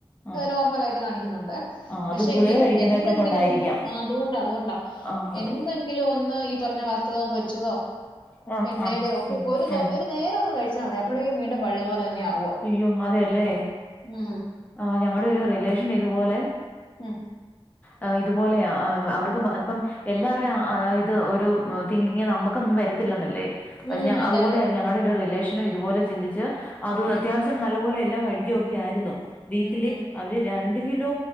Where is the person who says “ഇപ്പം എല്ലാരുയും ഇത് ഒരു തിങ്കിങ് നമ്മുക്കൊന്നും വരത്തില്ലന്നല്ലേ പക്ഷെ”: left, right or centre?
Left